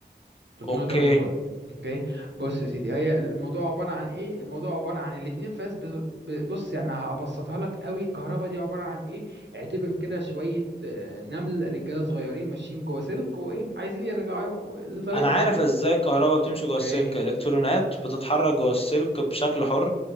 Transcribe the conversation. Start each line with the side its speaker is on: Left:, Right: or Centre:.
Right: 380
Left: اوكي
Right: فولت اوكي بص يا سيدي هي الموضوع عباره عن ايه الموضوع عباره عن الاتنين فاس بز- ب- بص يعني هبسطها لك قوي الكهرباء دي عباره عن ايه اعتبر كده شويه آه، نمل رجاله صغيرين ماشيين جوه سلك وايه عايزين يرجعوا لطريقهم
Left: انا عارف ازاي الكهرباء بتمشي
Right: اوكي
Left: جوه السلك الالكترونات بتتحرك جوه السلك بشكل حر